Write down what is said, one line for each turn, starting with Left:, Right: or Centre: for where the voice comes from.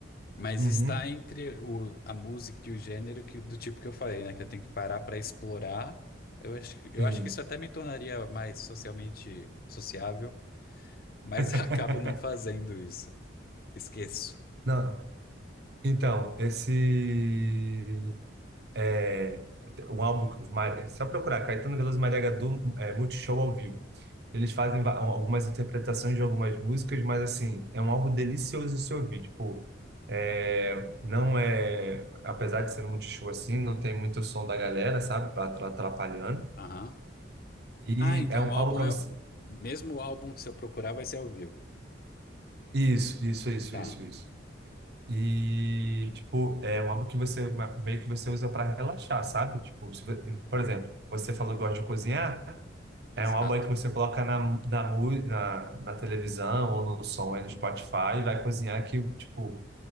Left: mas
Right: Uhum,
Left: está entre o- a música e o gênero que- do tipo que eu falei, né, que eu tenho que parar para explorar. Eu acho, que- eu
Right: sim.
Left: acho que isso até me tornaria mais socialmente sociável, mas
Right: <laughs>
Left: <laughs> acabo não fazendo isso. Esqueço.
Right: Não. Então, esse é, um álbum. Mar- é Só procurar Caetano Veloso e Maria Gadu é, Multishow ao vivo. Eles fazem va- algumas interpretações de algumas músicas, mas assim, é um álbum delicioso de se ouvir. Tipo, é, não é. Apesar de ser no Multishow assim, não tem muito som da galera, sabe? Atra- Atrapalhando.
Left: Aham.
Right: E
Left: Ah, então
Right: é um
Left: o álbum
Right: álbum para
Left: é.
Right: você.
Left: Mesmo o álbum que se eu procurar vai ser ao vivo.
Right: Isso, isso, isso,
Left: Tá,
Right: isso, isso. E, tipo, é um álbum que você meio que você usa para relaxar, sabe? Tipo, se vo- por exemplo, você falou que gosta de cozinhar.
Left: exato.
Right: É um álbum aí que você coloca na, na, mu- na, na televisão ou no som aí no Spotify e vai cozinhar que, tipo,